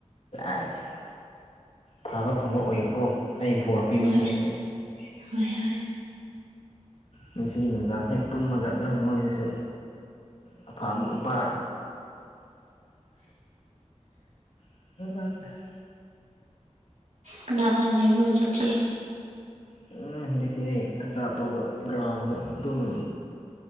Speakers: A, on the left; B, on the right.
A: ꯑꯁ ꯐꯕ ꯐꯪꯕ ꯑꯣꯏꯌꯨꯀꯣ ꯑꯩ ꯕꯣꯔ ꯄꯤꯕꯤꯒꯦ
B: ꯍꯣꯏ ꯍꯣꯏ ꯍꯣꯏ
A: ꯃꯁꯤꯁꯤꯒꯤ ꯅꯨꯡꯗꯥꯡ ꯍꯦꯛ ꯇꯨꯝꯃꯒ ꯅꯪ ꯃꯪꯃꯁꯨ ꯂꯄꯥꯥꯝ ꯂꯝꯄꯥ <inaudible>
B: ꯀꯅꯥ ꯀ ꯂꯩꯕꯤ ꯍꯧꯖꯤ ꯊ
A: ꯎꯝ ꯍꯧꯖꯤꯛꯇꯤ ꯑꯩ ꯅꯛꯇ ꯑꯇꯣꯞꯄ ꯒ꯭ꯔꯥꯎꯟꯗ ꯑꯗꯨꯝ